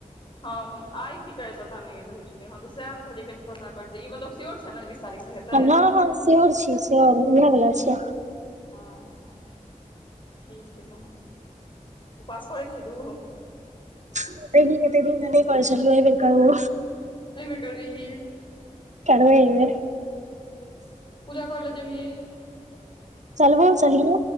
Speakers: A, on the left; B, on the right.
A: हँ आइ की काइल पता नै अय कहिया छलै हँ त सेह हम कहलियै कनि पता करतै इ मतलब सियोर छैय ने बीस तारीखके हेतै।
B: हँ हँ स्योर छी स्योर इएह वला छै
A: अच्छा ठीक छैय तहन उपास करै छी तू।
B: <unintelligible> अतेक दिन स नय करय छलियो अइबेर करबो।
A: अयबेर करबीही।
B: करबै अय बेर।
A: पूजा करै ल जेबही।
B: चलबो चलीहें।